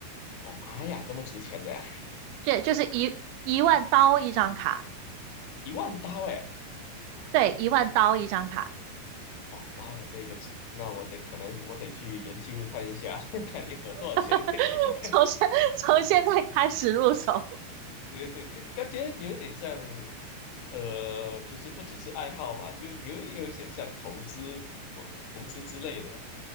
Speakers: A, on the left; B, on the right.
A: 哦妈呀，这么值钱的呀，
B: 对，就是一一万刀一张卡，
A: <laughs> 一万刀哎，
B: 对，一万刀一张卡，
A: 哦妈呀，这个值，那我得可能我得去研究看一下，<laughs> 看一盒多少钱，
B: <laughs>
A: <laughs>
B: 从现从现在开始入手。
A: 对对，感觉有一点像，呃，就是不只是爱好吧，就有一有一点像投资或投资之类的。